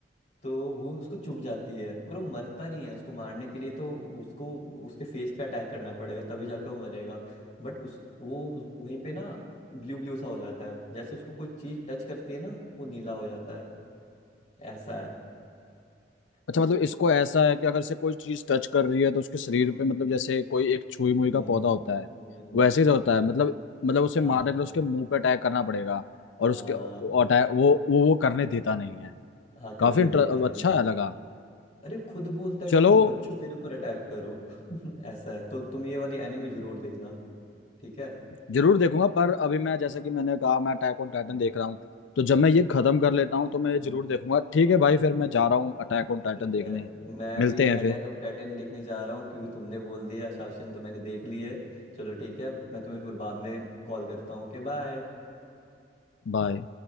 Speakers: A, on the left (about 40°); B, on the left (about 75°).
A: तो वो उसको चुभ जाती है पर वो मरता नहीं है उसको मारने के लिए तो उसको उसके फेस पे अटैक करना पड़ेगा तभी जाके वो मरेगा बट उस वो वहीं पे ना ब्लू ब्लू सा हो जाता है जैसे उसको कोई चीज टच करती है ना वो नीला हो जाता है ऐसा है
B: अच्छा
A: <laughs>
B: मतलब इसको ऐसा है कि अगर से कोई चीज टच कर रही है तो उसके शरीर
A: हम्म
B: पे मतलब जैसे कोई एक छुई मुई
A: न-
B: का पौधा होता है
A: नहीं
B: वैसे ही होता है मतलब मतलब उसे
A: हाँ
B: मारने के लिए उसके मुंह पे अटैक करना पड़ेगा और
A: हाँ
B: उसके अटैक वो वो वो करने देता नहीं है
A: हाँ
B: काफी
A: करने
B: इंटर-
A: देता नहीं
B: अच्छा
A: है
B: लगा
A: अरे खुद बोलता है
B: चलो
A: कि बच्चों मेरे ऊपर अटैक करो <laughs> ऐसा है तो तुम ये वाली एनिमे जरूर देखना ठीक है
B: जरूर देखूंगा पर अभी मैं जैसा कि मैंने कहा मैं अटैक ऑन टाइटन
A: हम्म,
B: देख रहा हूँ तो जब मैं ये खत्म कर लेता हूँ तो मैं ये
A: हम्म।
B: जरूर देखूंगा ठीक है भाई फिर मैं जा रहा हूँ अटैक ऑन टाइटन
A: ठीक
B: देखने
A: है मैं
B: मिलते
A: भी
B: हैं
A: अटैक
B: फिर
A: ऑफ टाइटन देखने जा रहा हूँ क्योंकि तुमने बोल दिया शासन तो मैंने देख ली है चलो ठीक है मैं तुम्हें फिर बाद में कॉल करता हूँ Okay bye
B: बाय